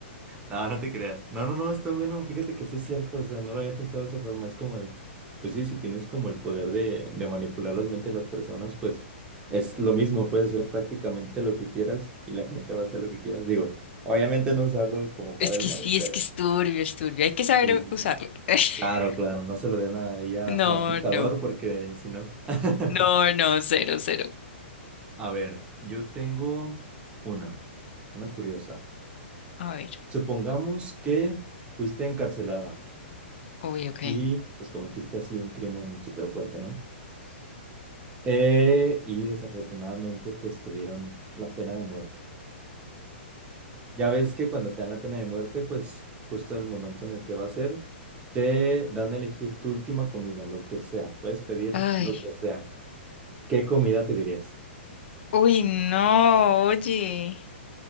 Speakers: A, on the right; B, on the left.
A: no, no te creas. No, no, no, está bueno. Fíjate que sí es cierto. O sea, no lo había pensado de esa forma. Es como de, pues sí, si tienes como el poder de, de manipular las mentes de las personas, pues es lo mismo. Puedes hacer prácticamente lo que quieras y la gente va a hacer lo que quieras. Digo, obviamente no usarlo como para
B: es
A: el
B: que
A: mal,
B: sí,
A: pero...
B: es que es turbio, es turbio. Hay que saber
A: Sí, sí,
B: usarlo.
A: sí.
B: <laughs>
A: Claro, claro. No se lo den ahí a,
B: No,
A: a un dictador
B: no,
A: porque si no... <laughs>
B: no, no, cero, cero.
A: A ver, yo tengo una, una curiosa.
B: A ver,
A: Supongamos que fuiste encarcelada.
B: uy, ok.
A: y pues cometiste así un crimen súper fuerte, ¿no? Eh, y desafortunadamente pues te dieron la pena de muerte. Ya ves que cuando te dan la pena de muerte, pues justo el momento en el que va a ser, te dan a elegir tu última comida, lo que sea. Puedes pedir
B: Ay,
A: lo que sea. ¿Qué comida pedirías?
B: uy, no, oye.